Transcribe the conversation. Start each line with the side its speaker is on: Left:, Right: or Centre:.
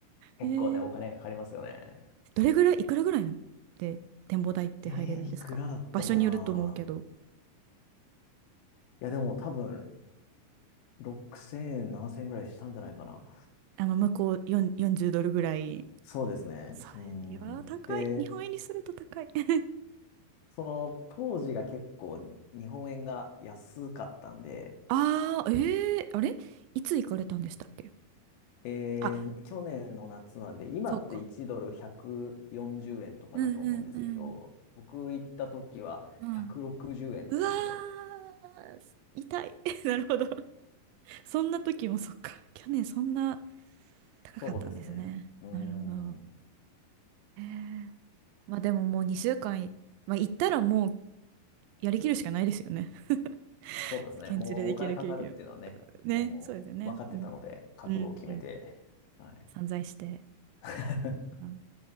Left: 結構ね、
Right: えー、
Left: お金かかりますよね。
Right: どれぐらい、いくらぐらいなんで展望台って入れるんですか場所によると思うけど。
Left: えー、いくらだったかな。いや、でも多分、6000円、7000円ぐらいしたんじゃないかな。
Right: あの、向こう4、40ドルぐらい。
Left: そうですね。
Right: そういやー、
Left: うん。
Right: 高い。
Left: で、
Right: 日本円にすると高い。<laughs>
Left: その当時が結構日本円が安かったんで、
Right: ああ、ええあれいつ行かれたんでしたっけ
Left: えー去年の夏なんで、
Right: あ、
Left: 今って1ドル140円とかだと思うんですけど、
Right: そうか。うんうんうん
Left: 僕行った時は160円とかで、
Right: うんうわー、痛い。<laughs> なるほど。そんな時もそっか。去年そんな高かったんですね。
Left: そうですね。うん。
Right: なるほど。へえまあでももう2週間い、まあ、行ったらもうやりきるしかないですよね。<laughs>
Left: そうですね。
Right: 現地でできる経験を
Left: もうお金かかるっていうのはね、
Right: ね、
Left: もう分かってたので、
Right: そうですよね。うん。
Left: 覚悟を決めて、
Right: うんうん
Left: はい。
Right: 散財して。
Left: <laughs>
Right: うん